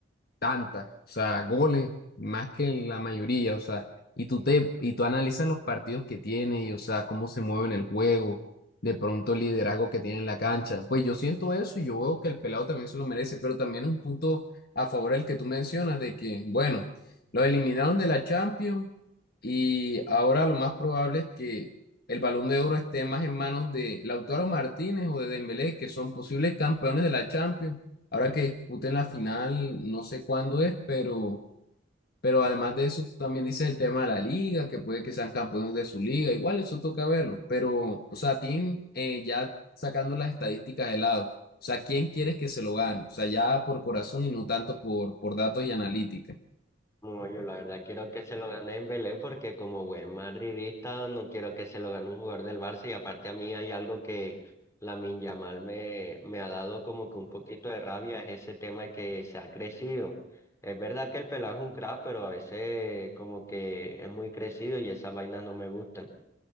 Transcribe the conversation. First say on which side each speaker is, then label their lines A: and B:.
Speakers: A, on the left; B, on the left.
A: tantas, o sea, goles más que la mayoría, o sea, y tú te y tú analizas los partidos que tiene y o sea, cómo se mueve en el juego, de pronto el liderazgo que tiene en la cancha. Pues yo siento eso y yo veo que el pelado también se lo merece, pero también es un punto a favor el que tú mencionas de que, bueno, lo eliminaron de la Champions y ahora lo más probable es que el Balón de Oro esté más en manos de Lautaro Martínez o de Dembélé, que son posibles campeones de la Champions Ahora que disputen la final, no sé cuándo es, pero, pero además de eso, tú también dices el tema de la liga, que puede que sean campeones de su liga, igual eso toca verlo, pero, o sea, Tim, eh, ya sacando las estadísticas de lado, o sea, ¿quién quieres que se lo gane? O sea, ya por corazón y no tanto por, por datos y analítica.
B: No, yo la verdad quiero que se lo gane Dembélé porque como buen madridista no quiero que se lo gane un jugador del Barça y aparte a mí hay algo que Lamine Yamal me, me ha dado como que un poquito de rabia es ese tema de que se ha crecido. Es verdad que el pelado es un crack, pero a veces como que es muy crecido y esas vainas no me gustan.